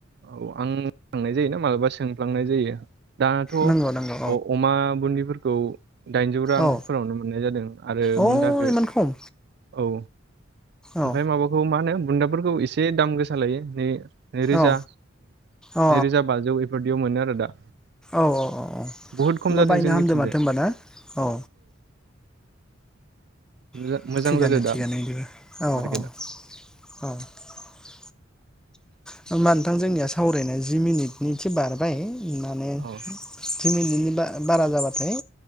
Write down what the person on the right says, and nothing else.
औ आं थांनाय जायोना मालाबा सोंफ्लांनाय जायो दाथ'
अमा बुदिफोरखौ दाइनजौ रांफोरावनो
मोननाय जादों आरो
बुन्दाखो
औ ओमफ्राय
माबाखौ मा होनो बुन्दाफोरखौ एसे दाम गोसा लायो नै नैरोजा
नैरोजा बाजौ एफोरदियाव मोनो आरो दा
बुहुद खम जादों
जोंनिथिंजाय
मोजा-
मोजां जादो दा मार्केटआ
औ